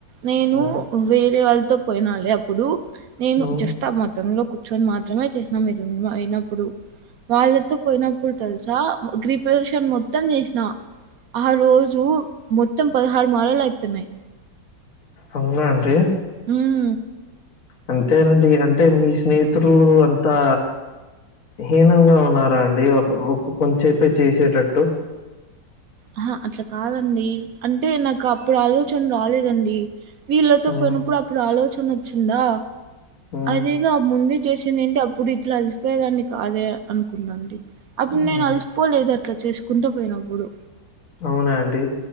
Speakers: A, on the right; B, on the left.
A: నేను.
B: హ్మ్.
A: వేరే వాళ్ళతో పోయినాలే అప్పుడు నేను
B: హ్మ్.
A: జస్ట్ ఆ మత్. గతంలో కూర్చొని మాత్రమే చేసినా మీరు అయినప్పుడు. వాళ్ళతో పోయినప్పుడు తెలుసా గ్రిరి ప్రదిక్షనా మొత్తం చేసినా. ఆహా రోజు మొత్తం పదహారు మాలలు ఐతున్నాయి.
B: అవునా ఆంటీ.
A: ఉ.
B: అంతేలేండి అంటే మీ స్నేహితులు అంతా. హీనంగా ఉన్నారా అండి ఒక ఒక కొంచసేపే చేసేటట్టు.
A: ఆహా అట్లా కాదండి అంటే నాకు అప్పుడు ఆలోచన రాలేదండి. వీళ్ళతో
B: హ్మ్.
A: పోయినప్పుడు అప్పుడు ఆలోచన వచ్చిందా.
B: హ్మ్.
A: అదేదో ముందే చేసి ఉండుంటే అప్పుడు ఇట్లా అలిసిపోయేదాన్ని కాదే అనుకున్నానండి. అప్పుడు
B: హ్మ్.
A: నేను అలిసిపోలేదు అట్లా చేసుకుంటూ పోయినప్పుడు.
B: అవునా అండి